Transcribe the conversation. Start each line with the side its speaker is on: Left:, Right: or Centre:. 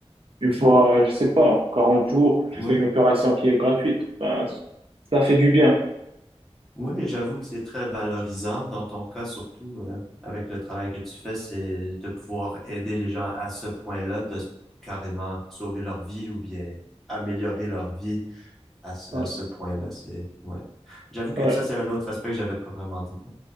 Right: une fois, euh, je sais pas, 40 jours, je
Centre: Ouais.
Right: fais une opération qui est gratuite. Ben, c- ça fait du bien.
Centre: Ouais, j'avoue que c'est très valorisant dans ton cas, surtout euh, avec le travail que tu fais, c'est de pouvoir aider les gens à ce point-là, de s- carrément sauver leur vie ou bien améliorer leur vie à ce,
Right: Ouais,
Centre: ce point-là. C'est, ouais. J'avoue que
Right: ouais,
Centre: ça, c'est un autre aspect que j'avais pas vraiment dit.